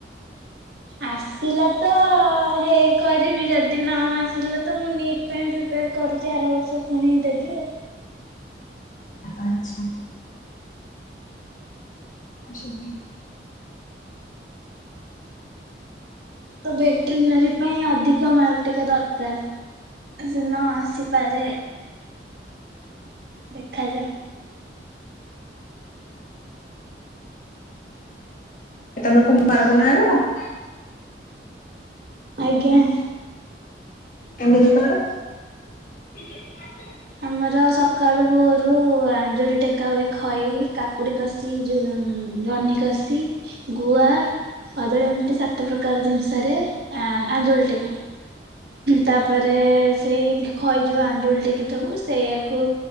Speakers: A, on the right; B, on the left.
A: ଆସ ଆସିଲା ତ ହେଇ କରିବି ଯଦି ନ ଆସିଲା ତ ମୁଁ ନିଟ୍ ପାଇଁ ପ୍ରିପେୟାର କରୁଛି। ଚାର ବର୍ଷ ପୁଣି ଦେବି ଆଉ
B: ଆଛା। ଆସୁନି।
A: ତ ବେଟେନାରୀ ପାଇଁ ଅଧିକ ମାର୍କ ଟିକେ ଦରକାର ସିନା ଆସି ପରେ ଦେଖାଯାଉ।
B: ତମେ କୁମାର ପୁଣିମା କର <unintelligible>
A: ଆଜ୍ଞା।
B: କେମିତି କର? ଜିକ୍ଞା <inaudible>
A: ଆମର ସକାଳୁ ଭୋରୁ ଆଞ୍ଜୁଳି ଟେକା ହୁଏ ଖଇ, କା କକୁଡି କଷି, ଯୋ ଜହ୍ନି କଷି ଗୁଆ କଦଳୀ ଏମିତି ସାତ ପ୍ରକାର ଜିନିଷରେ ଆଞ୍ଜୁଳି ଟେକୁ। ତାପରେ ସେଇ ଖଇଯୋଉ ଆଞ୍ଜୁଳି ଟିକେ ଟେକିଥିବୁ ସେଇୟାକୁ